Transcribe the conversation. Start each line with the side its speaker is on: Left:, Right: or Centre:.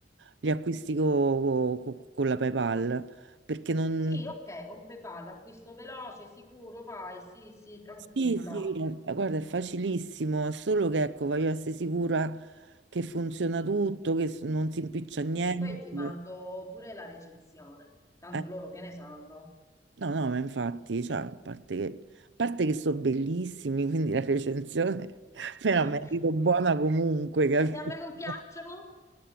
Right: gli acquisti co- co- co- con la PayPal, perché non,
Left: Sì, ok, con PayPal, acquisto veloce, sicuro, vai, sì, sì, tranquilla.
Right: Sì, sì, eh, guarda, è facilissimo, è solo che ecco, voglio essere sicura che funziona tutto, che s- non si impiccia niente.
Left: Così poi ti mando pure la recensione, tanto
Right: Eh,
Left: loro che ne sanno.
Right: no, no, ma infatti, cioè, a parte che, a parte che sono bellissimi, quindi la recensione <laughs> me la
Left: <laughs>
Right: merito buona comunque, <laughs> capito?
Left: E se a me non piacciono?